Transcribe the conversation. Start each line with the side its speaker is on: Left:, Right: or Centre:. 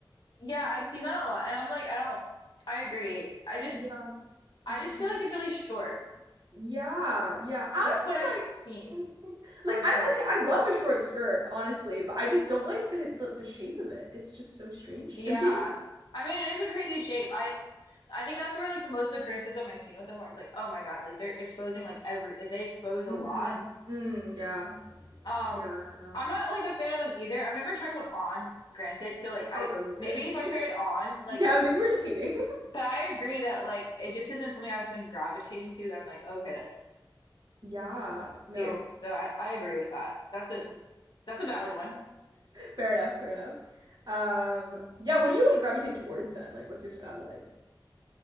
Left: yeah, I've seen that a lot and I'm like, I don't I agree. I just
Right: Yeah,
Left: I
Right: it's
Left: just
Right: just
Left: feel
Right: not.
Left: like it's really short.
Right: Yeah, yeah. Honestly,
Left: That's what I've
Right: like
Left: seen
Right: <laughs> like
Left: or heard.
Right: I'm okay, I love a short skirt, honestly, but I just don't like the the, the shape of it. It's just so strange
Left: Yeah.
Right: to me. <laughs>
Left: I mean, it is a crazy shape. I I think that's where like the most of the criticism I've seen with them where it's like, oh my God, like they're exposing like every like they expose a
Right: Mm.
Left: lot
Right: Mm, yeah.
Left: Um,
Right: Yeah, I don't know.
Left: I'm not like a fan of them either. I've never tried one on, granted. So like I
Right: Oh, no, me neither.
Left: maybe if I try it on, like
Right: Yeah, maybe we're just hating.
Left: but I agree that like it just isn't something I've been gravitating to that I'm like, okay, that's
Right: <laughs> Yeah, no.
Left: cute. So I, I agree
Right: Sure.
Left: with that. That's a
Right: Yeah.
Left: that's a valid one.
Right: Fair enough, fair enough. Um, yeah, what do you like gravitate towards then? Like, what's your style like?